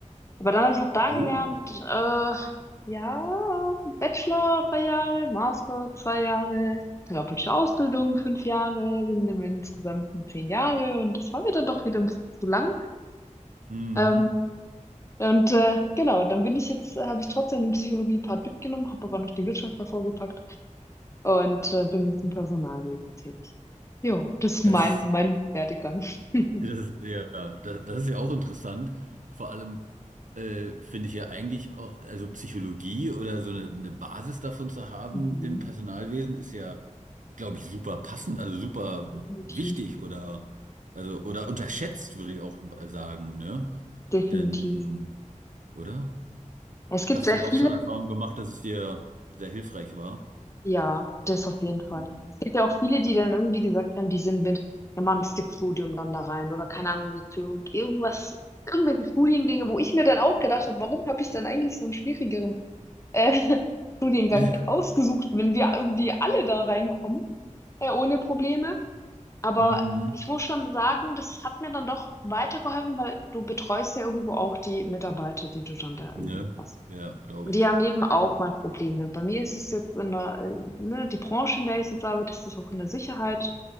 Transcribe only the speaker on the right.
Oh.
Mhm.
Das
ist
Das, ja, das, das ist ja auch interessant. Vor allem äh, finde ich ja eigentlich auch, also Psychologie oder so eine, eine Basis davon zu haben
im Personalwesen ist ja, glaube ich, super passend, also super
wichtig oder, also, oder unterschätzt, würde ich auch sagen, ne?
Denn, oder?
Hast
du
auch schon Erfahrung gemacht, dass es dir sehr hilfreich war?
Mhm.
<laughs>
Mhm.
Ne?
Ja, glaube
ich.
Ja.